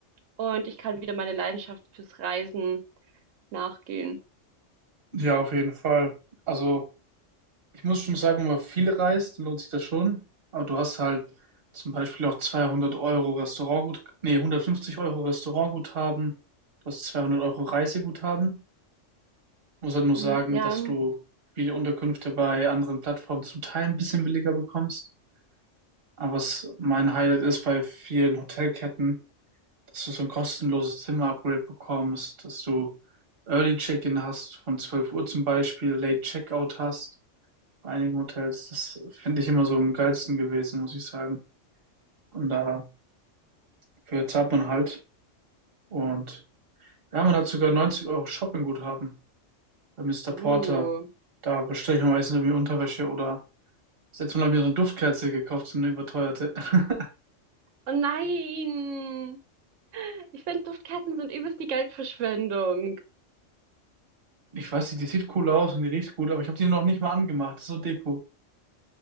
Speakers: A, on the right; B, on the right.
A: und ich kann wieder meine Leidenschaft fürs Reisen nachgehen.
B: ja, auf jeden Fall. Also Ich muss schon sagen, wenn man viel reist, dann lohnt sich das schon. Aber du hast halt zum Beispiel auch 200 Euro Restaurantgut, nee, 150 Euro Restaurantguthaben. Du hast 200 Euro Reiseguthaben. Muss halt nur sagen,
A: Mhm. Ja,
B: dass du viele Unterkünfte bei anderen Plattformen zum Teil ein bisschen billiger bekommst. Aber was mein Highlight ist bei vielen Hotelketten, dass du so ein kostenloses Zimmer-Upgrade bekommst, dass du Early Check-in hast, von 12 Uhr zum Beispiel, Late Checkout hast. Bei einigen Hotels, das finde ich immer so am geilsten gewesen, muss ich sagen. Und da für zahlt man halt. Und ja, man hat sogar 90 Euro Shoppingguthaben bei Mister
A: uh.
B: Porter. Da bestelle ich mir meistens irgendwie Unterwäsche oder jetzt mal habe ich mir so eine Duftkerze gekauft, so eine überteuerte. <laughs>
A: Oh nein! Ich finde, Duftkerzen sind übelst die Geldverschwendung.
B: Ich weiß nicht, die sieht cool aus und die riecht gut, aber ich habe die noch nicht mal angemacht. Das ist so Deko.